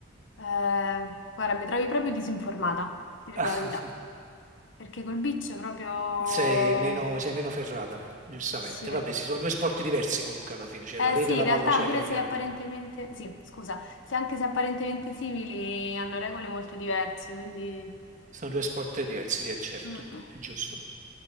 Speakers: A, on the left; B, on the right.
A: Eh, guarda, mi trovi proprio disinformata, ti dico
B: Ah,
A: la verità.
B: <laughs>
A: Perché col beach è proprio...
B: sei meno, sei meno ferrata, giustamente.
A: Sì.
B: Vabbè, ci sono due sport diversi comunque alla fine, cioè
A: Eh
B: la rete
A: sì,
B: e la
A: in
B: palla
A: realtà
B: c'è,
A: pure
B: però
A: se
B: chiaramente
A: apparentemente... Sì, scusa, se anche se apparentemente simili hanno regole molto diverse, quindi...
B: Sono due sport diversi, sì, è certo,
A: Mm, mm.
B: è giusto.